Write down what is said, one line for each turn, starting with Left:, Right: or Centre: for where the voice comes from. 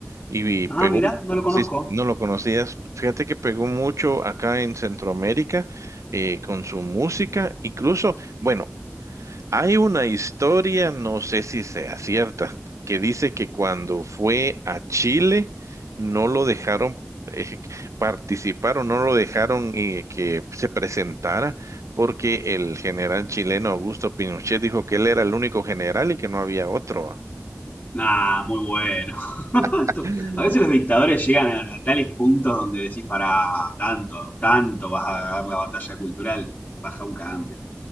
Right: y pegó,
Left: Ah, mira, no lo conozco.
Right: sí, sí, no lo conocías, fíjate que pegó mucho acá en Centroamérica eh, con su música, incluso... Bueno, hay una historia, no sé si sea cierta, que dice que cuando fue a Chile no lo dejaron eh, participar o no lo dejaron eh, que se presentara porque el general chileno Augusto Pinochet dijo que él era el único general y que no había otro. ah.
Left: Nah, muy bueno. <laughs> Esto-
Right: <laughs>
Left: a veces los dictadores llegan a, a tales puntos donde decís, para tanto, tanto vas a dar la batalla cultural, baja un cambio.